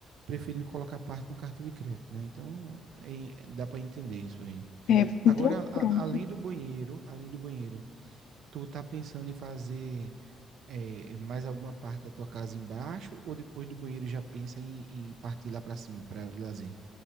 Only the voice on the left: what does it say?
É,
então,
pronto.